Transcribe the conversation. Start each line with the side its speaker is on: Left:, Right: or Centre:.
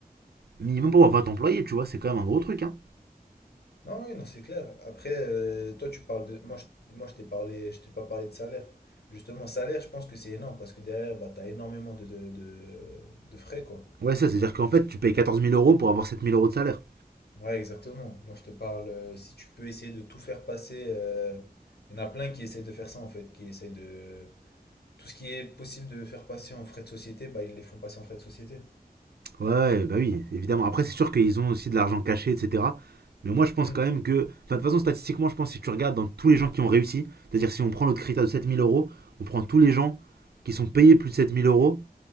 Right: minimum pour avoir 20 employés, tu vois, c'est quand même un gros truc. Hein.
Left: Non, oui, non, c'est clair. Après, euh, toi, tu parles de. Moi, je, moi, je t'ai parlé, je t'ai pas parlé de salaire. Justement, salaire, je pense que c'est énorme parce que derrière, bah, t'as énormément de, de, de, de frais, quoi.
Right: Ouais, ça, c'est-à-dire qu'en fait, tu payes 14 000 euros pour avoir 7 000 euros de salaire.
Left: Ouais, exactement. Moi, je te parle, euh, si tu peux essayer de tout faire passer. euh, Il y en a plein qui essaient de faire ça, en fait, qui essaient de. Tout ce qui est possible de faire passer en frais de société, bah, ils les font passer en frais de société.
Right: Ouais, bah oui, évidemment. Après, c'est sûr qu'ils ont aussi de l'argent caché, etc. Mais moi, je pense
Left: Hmm.
Right: quand même que. Enfin, de toute façon, statistiquement, je pense que si tu regardes dans tous les gens qui ont réussi, c'est-à-dire si on prend notre critère de 7 000 euros, on prend tous les gens qui sont payés plus de 7 000 euros,